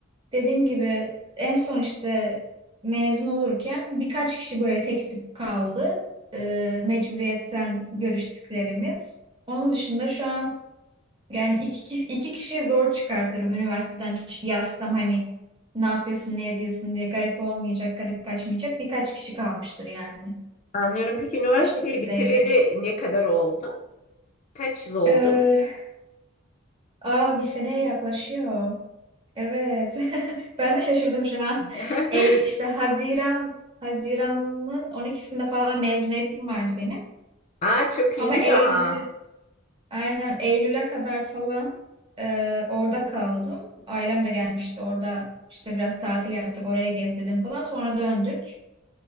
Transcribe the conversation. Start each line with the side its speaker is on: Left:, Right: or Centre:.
Right: dediğim gibi en son işte mezun olurken birkaç kişi böyle tek tip kaldı. Eee, mecburiyetten görüştüklerimiz. Onun dışında şu an yani iki, ki- iki kişiyi zor çıkartırım üniversiteden. Çünkü yazsam hani ne yapıyorsun, ne ediyorsun diye garip olmayacak, garip kaçmayacak birkaç kişi kalmıştır yani.
Left: Anlıyorum. Peki üniversiteyi
Right: O şekildeydi.
Left: bitireli ne kadar oldu? Kaç yıl oldu?
Right: Eee aa bir seneye yaklaşıyor. Evet. <laughs> Ben de şaşırdım şu an.
Left: <laughs>
Right: E, işte Haziran Haziran'ın on ikisinde falan mezuniyetim vardı benim.
Left: Aa, çok
Right: Ama
Left: yeni
Right: Eylül
Left: daha
Right: aynen Eylül'e kadar falan e, orada kaldım. Ailem de gelmişti. Orada İşte biraz tatil yaptık. Oraya gezdirdim falan. Sonra döndük.